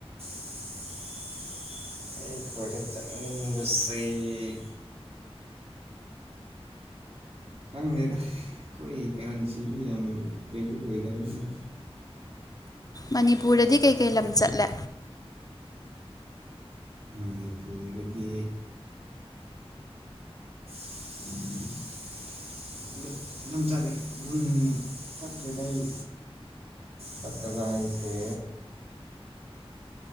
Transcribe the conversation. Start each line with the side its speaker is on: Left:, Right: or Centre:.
Right: <unintelligible> ꯑꯩ ꯈ꯭ꯋꯥꯏꯗꯩ ꯆꯠꯅꯤꯡꯕꯕꯁꯤ ꯈꯪꯗꯦꯗ ꯑꯩꯈꯣꯏꯒꯤ ꯀꯔꯦꯟꯁꯤꯗꯤ ꯌꯥꯝꯅ ꯚꯦꯂꯨ ꯑꯣꯏꯗꯕꯅꯤꯅ
Left: ꯃꯅꯤꯄꯨꯔꯗꯗꯤ ꯀꯩꯀꯩ ꯂꯝ ꯆꯠꯂꯦ
Right: ꯃꯅꯤꯄꯨꯔꯗꯗꯤ <unintelligible> ꯑꯗꯨ ꯑꯗꯨꯝ ꯆꯠ ꯑꯗꯨꯝ ꯆꯠꯂꯦ ꯐꯠꯇꯦꯗ ꯑꯩ ꯆꯠꯇꯕ ꯍꯥꯏꯁꯦ